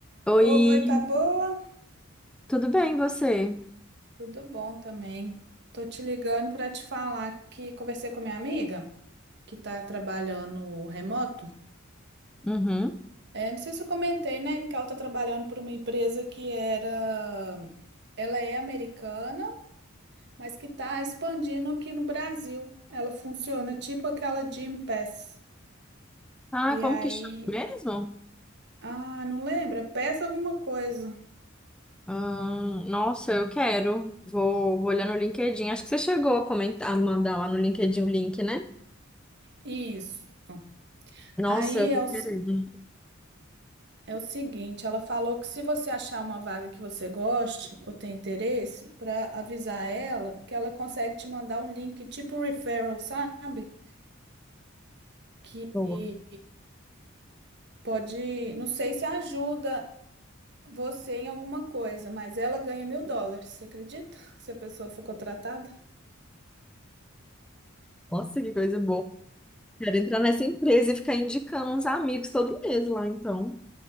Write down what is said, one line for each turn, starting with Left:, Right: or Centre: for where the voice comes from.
Centre: Oi,
Right: Oi, tá boa?
Centre: tudo bem, você?
Right: Tudo bom também. Tô te ligando para te falar que conversei com minha amiga que tá trabalhando remoto.
Centre: Uhum.
Right: É, não sei se eu comentei, né, que ela tá trabalhando para uma empresa que era ela é americana, mas que tá expandindo aqui no Brasil. Ela funciona tipo aquela Gym Pass.
Centre: Ah,
Right: E
Centre: como
Right: aí,
Centre: que chama mesmo?
Right: ah, não lembra? Peça alguma coisa.
Centre: Hum, nossa, eu quero. Vou, vou olhar no LinkedIn. Acho que você chegou a comentar, a mandar lá no LinkedIn o link, né?
Right: Isso.
Centre: Nossa,
Right: Aí
Centre: eu tô
Right: é, o
Centre: querendo.
Right: É o seguinte, ela falou que se você achar uma vaga que você goste ou tem interesse, para avisar ela que ela consegue te mandar um link tipo referral, sabe? Que
Centre: Boa.
Right: pode, não sei se ajuda você em alguma coisa, mas ela ganha mil dólares, você acredita? <laughs> Se a pessoa for contratada?
Centre: Nossa, que coisa boa. Quero entrar nessa empresa e ficar indicando uns amigos todo mês lá, então.